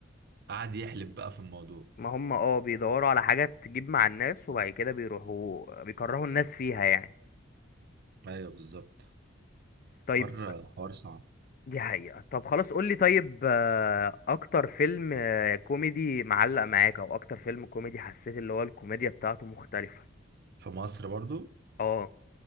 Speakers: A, on the right; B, on the left.
A: وقعد يحلب بقى في الموضوع
B: ما هم اه بيدوروا على حاجة تجيب مع الناس وبعد كده بيروحوا بيكرهوا الناس فيها يعني
A: أيوه بالظبط
B: طيب
A: حوار حوار صعب
B: دي حقيقة طب خلاص قولي طيب آه، أكتر فيلم آه، كوميدي معلق معاك أو أكتر فيلم كوميدي حسيت اللي هو الكوميديا بتاعته مختلفة
A: في مصر برضو
B: اه